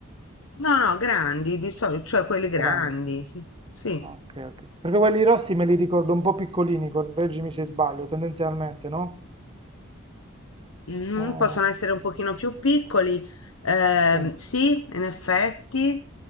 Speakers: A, on the left; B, on the right.
A: No, no, grandi di solito, cioè quelli grandi,
B: Grandi.
A: sì, sì.
B: Ok, ok. Perché quelli rossi me li ricordo un po' piccolini, correggimi se sbaglio, tendenzialmente, no?
A: Mm,
B: Oh,
A: possono essere un pochino più piccoli, ehm,
B: sì,
A: sì, in effetti,